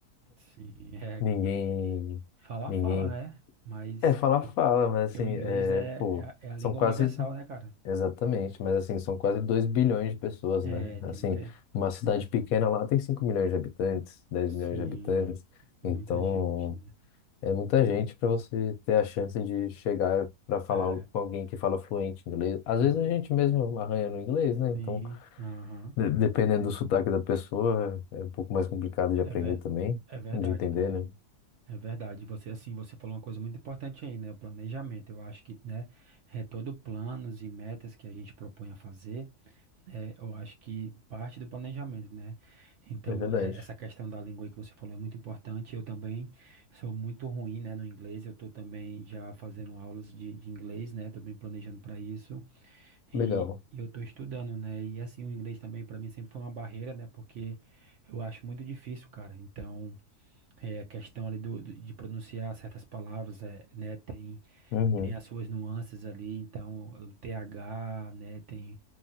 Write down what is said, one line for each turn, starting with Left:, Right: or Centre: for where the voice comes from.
Right: Sim, <laughs> é
Left: ninguém,
Right: completo. Falar,
Left: ninguém.
Right: fala, né? Mas
Left: É, fala,
Right: porque,
Left: fala, mas
Right: porque
Left: assim,
Right: o inglês
Left: é,
Right: é,
Left: pô,
Right: é, a é a língua
Left: são quase,
Right: universal, né, cara?
Left: exatamente, mas assim, são quase 2 bilhões de pessoas,
Right: É,
Left: né? Assim,
Right: tem muita.
Left: uma cidade pequena lá tem 5 milhões de habitantes, dez
Right: Sim,
Left: milhões de habitantes,
Right: muita
Left: então
Right: gente, né?
Left: é muita gente para você ter a chance de chegar para falar
Right: É,
Left: com alguém que fala fluente inglês. Às
Right: é,
Left: vezes
Right: ve-
Left: a gente mesmo arranha no inglês, né? Então
Right: sim, aham.
Left: De- Dependendo do sotaque da pessoa, é um pouco mais complicado de aprender
Right: É, ver,
Left: também,
Right: é verdade,
Left: de entender,
Right: cara.
Left: né?
Right: É verdade, você assim, você falou uma coisa muito importante aí, né? O planejamento. Eu acho que, né, é todo planos e metas que a gente propõe a fazer, é, eu acho que parte do planejamento, né? Então,
Left: É verdade.
Right: é- essa questão da língua aí que você falou é muito importante. Eu também sou muito ruim, né, no inglês. Eu tô também já fazendo aulas de, de inglês, né? Tô bem planejando para isso.
Left: Legal.
Right: E eu tô estudando, né? E assim, o inglês também para mim sempre foi uma barreira, né? Porque eu acho muito difícil, cara. Então, é, a questão ali do, do- de pronunciar certas palavras, é, né? Tem
Left: Uhum.
Right: tem as suas nuances ali, então o TH, né, tem